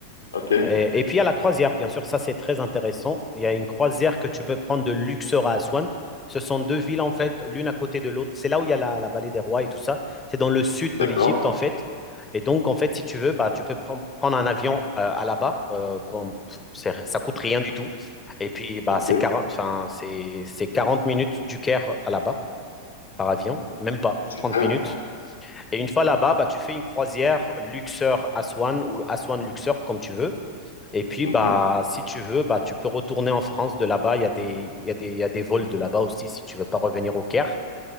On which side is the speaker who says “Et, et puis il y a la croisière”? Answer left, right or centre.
Left